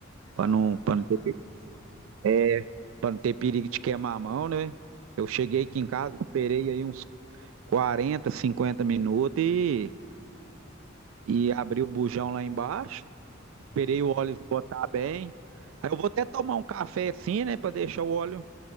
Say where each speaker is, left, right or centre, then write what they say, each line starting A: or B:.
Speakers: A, on the left; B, on the right.
A: Ah,
B: para não,
A: tem.
B: para
A: Ah,
B: não ter,
A: tá. Eles não.
B: é, para não ter perigo de queimar a mão, né? Eu cheguei
A: Entendi.
B: aqui em casa, esperei aí uns 40 50 minutos e, e abri o bujão lá embaixo, esperei
A: entendi.
B: o óleo esgotar bem. Aí eu vou até tomar um café assim, né, para deixar o óleo